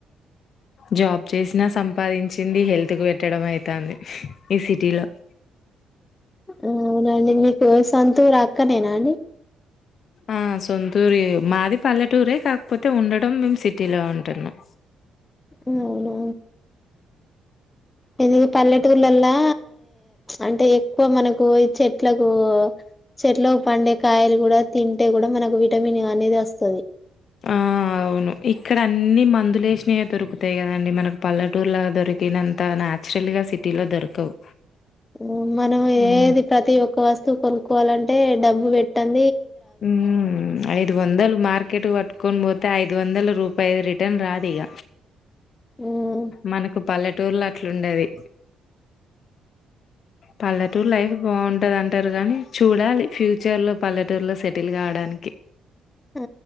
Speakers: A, on the left; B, on the left.
A: జాబ్ చేస్నా సంపాదించింది హెల్త్ కు పెట్టడం అయ్ తాంది ఈ సిటీలొ. <inaudible>
B: ఊ నండి మీకూ సొంతూర్ అక్కనేనా అండి
A: ఆ సొంతూరీ మాది పల్లెటూరే కాక్పొతె ఉండటం మేమ్ సిటీలో ఉంటున్నం.
B: ఉ అవ్నా పెళ్లి పల్లెటూర్లల్లా అంటే ఎక్కువ మనకూ చెట్ ట్లగో చెట్లో పండే కాయల్ గుడ, తింటే గుడ, మనకు విటమిన్ అనేది వస్తది.
A: ఆ ఇక్కడ అన్నీ మందులేస్నయే దొరుకుతయ్ గదా అండి, మనకు పల్లెటూర్ల దొరికినంత నా. నాచ్రల్ గా సిటీలొ దొరకవు
B: ఊ మనం
A: హ్మ్.
B: ఏది ప్రతి ఒక్క వస్తువు కొనుక్కోవాలంటే డబ్బు వెట్టన్
A: ఊమ్ ఐదు వందలు మార్కెటుక్ వట్కోన్ బోతె ఐదు వందలు. రూపయ్ రిటర్న్ రాదిగ
B: మ్మ్
A: మనకు పల్లెటూర్లో అట్లుండది పల్లెటూరు లైఫ్ బాగుంటది అంటారు గానీ, చూడాలి ఫ్యూచర్ లో పల్లె. టూర్ లో సెటిల్ గాడానికి
B: ఆ